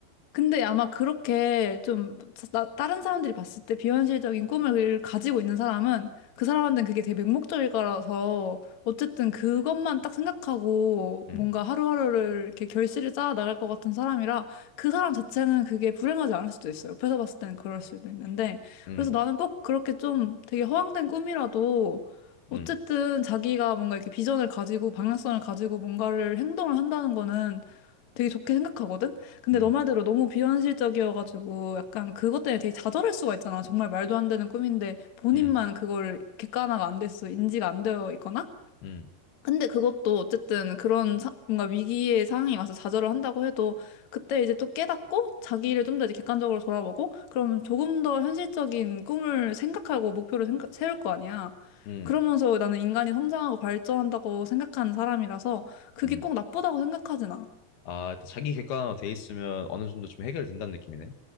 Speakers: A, on the left; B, on the left.
A: 근데 아마 그렇게 좀 나- 다른 사람들이 봤을 때 비현실적인 꿈을 가지고 있는 사람은 그 사람한테는 그게 되게 맹목적일 거라서 어쨌든 그것만 딱 생각하고
B: 응
A: 뭔가 하루하루를 이렇게 결실을 쌓아 나갈 것 같은 사람이라 그 사람 자체는 그게 불행하지 않을 수도 있어요. 옆에서 봤을 때는 그럴 수도 있는데
B: 응
A: 그래서 나는 꼭 그렇게 좀 되게 허황된 꿈이라도 어쨌든
B: 응
A: 자기가 뭔가 이렇게 비전을 가지고 방향성을 가지고 뭔가를 행동을 한다는 거는 되게 좋게 생각하거든? 근데
B: 응
A: 너 말대로 너무 비현실적이어가지고 약간 그것 때문에 되게 좌절할 수가 있잖아. 정말 말도 안 되는 꿈인데 본인만
B: 응
A: 그걸 객관화가 안 됐어 인지가 안 되어 있거나?
B: 응
A: 근데 그것도 어쨌든 그런 사- 뭔가 위기의 상황이 와서 좌절을 한다고 해도 그때 이제 또 깨닫고 자기를 좀 더 이제 객관적으로 돌아보고 그러면 조금 더 현실적인 꿈을 생각하고 목표를 생각- 세울 거 아니야.
B: 응
A: 그러면서 나는 인간이 성장하고 발전한다고 생각하는 사람이라서 그게
B: 응
A: 꼭 나쁘다고 생각하진 않아.
B: 아, 일단 자기 객관화 돼 있으면 어느 정도 좀 해결된다는 느낌이네.